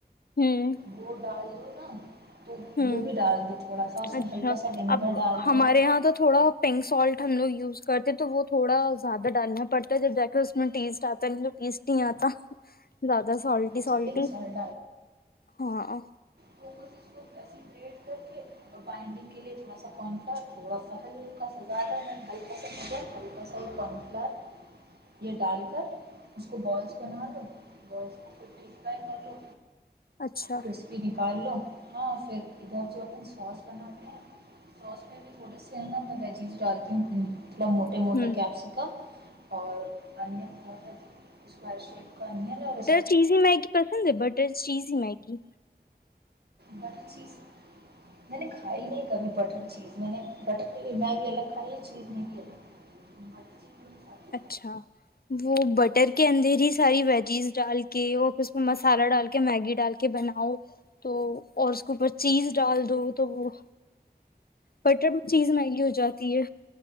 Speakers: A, on the left; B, on the right.
A: ہوں
B: وہ ڈال دو نا تو
A: ہوں
B: وہ بھی ڈال دو تھوڑا سا اس میں
A: اچھا
B: ہلکا سا ونیگر
A: اب
B: ڈال
A: ہمارے
B: دو
A: یہاں تو تھوڑا پینک سالٹ ہم لوگ یوز کرتے تو وہ تھوڑا زیادہ ڈالنا پڑتا ہے جب دیکھو اس میں ٹیسٹ آتا نہیں تو ٹیسٹ نہیں آتا زیادہ ا سولٹی
B: اچھا
A: سولٹی
B: پنک سالٹ
A: ہاں
B: فوکس اس کو ایسی بریڈ کر کے اور بائنڈنگ کے لیے تھوڑا سا کانفلیکٹ تھوڑا سا ہل ہلکا سزدہ ہلکا سا ہو جائے ہلکا سا ہی کانفلیکٹ یہ ڈال کر اس کو بالس بنا دوو بالس ا پ ھیک کا کر لو
A: اچھا
B: کرسپی نکال لو ہاں پھر ادھر جو اپن سوس بناتے ہیں سوس میں بھی تھوڑے سے ہیں نا میں ویجیز ڈالتی ہوں تھڑ موٹے
A: ہوں
B: موٹے کیپسکا اور انیہ بہت خرش کرنی رگ
A: چیز ہی میگی پسند ہے بٹر چیز ہی میگی
B: بٹر چیز میں نے کھائی نہیں کبھی بٹر چیز میں نے بٹر میگی الگ کھائی ہے چیز میگی الگ مچ چن ساد
A: اچھا وہ بٹر کے اندر ہی ساری ویجیز ڈال کے اور پھر اس پ مسالہ ڈال کے میگی ڈال کے بناؤ تو اور اس کے اوپر چیز ڈال دو تو وہ بٹر میں چیز میگی ہو جاتی ہے